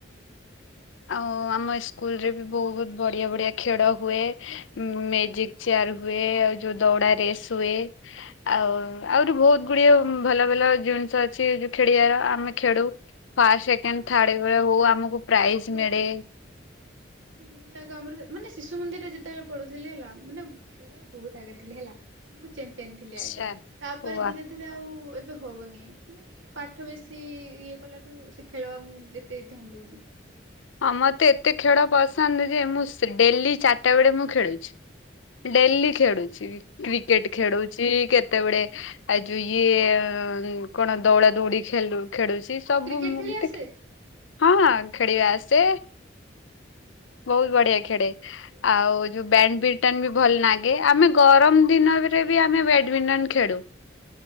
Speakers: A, on the left; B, on the right.
A: ଆଉ ଆମ ସ୍କୁଲ ରେ ବି ବହୁତ ବଢିଆ ବଢିଆ ଖେଳ ହୁଏ। ମେଜିକ ଚେୟାର ହୁଏ ଆ ଯୋଉ ଦୌଡା ରେସ୍ ହୁଏ। ଆଉ ଆହୁରି ବହୁତ ଗୁଡିଏ ଭଲ ଭଲ ଜିନିଷ ଅଛି ଯଉ ଖେଡିଆ ର ଆମେ ଖେଡୁ। ଫାଷ୍ଟ ସେକେଣ୍ଡ
B: ହଁ
A: ଥାର୍ଡ ବେଳେ ହଉ ଆମକୁ ପ୍ରାଇଜ
B: ମୁଁ ଆଗ
A: ମିଳେ।
B: ମୁଁ ବି ଆଗ ଆମର ମାନେ ଶିଶୁ ମନ୍ଦିରରେ ଯେତେବେଳେ ପଢୁଥିଲି ହେଲା ମାନେ ଖେଲରେ ବହୁତ ଆଗେ ଥିଲି ହେଲା। ମୁଁ ପିନ୍ଧଥିଲି
A: ଆଛା।
B: ଆଗ ତାପରେ
A: ୱା
B: ଧୀରେ ଧୀରେ ଆଉ ଏ ବେ ହଉନି ମାନେ ଟିକେ ପାଠ ବେଶି ଇଏ କଲାରୁ ଖେଳିବା ମୁଁ ଯେତେ ଧ୍ୟାନ ଦଉନି।
A: ହଁ ମୋତେ ଏତେ ଖେଳ ପସନ୍ଦ ଯେ ମୁଁ ସେ ଡେଲି ଚାରିଟା ବେଳେ ମୁଁ ଖେଳୁଛି। ଡେଲି ଖେଳୁଛି କ୍ରିକେଟ ଖେଳୁଛି କେତେବେଳେ ଆ ଯଉ ଇଏ କଣ ଦୌଡ଼ା ଦୌଡି ଖେଲୁ ଖେଳୁଛି
B: ତମକୁ
A: ସବୁ
B: କ୍ରିକେଟ
A: ମୁଁ
B: ଖେଳି
A: ମ
B: ଆସେ?
A: ହଁ ଖେଳିବା ଆସେ। ବହୁତ
B: ମତେ
A: ବଢିଆ
B: ଜମାରୁ
A: ଖେଳେ
B: ପସନ୍ଦ ଲାଗେନି
A: ଆଉ
B: କାହିଁ କେଜାଣି
A: ଯୋଉ ବ୍ୟାଡ ବିଟନ ବି ଭଲ ନାଗେ ଆମେ ଗରମ ଦିନରେ ବି ଆମେ ବ୍ୟାଡ଼ମିଣ୍ଟନ ଖେଳୁ।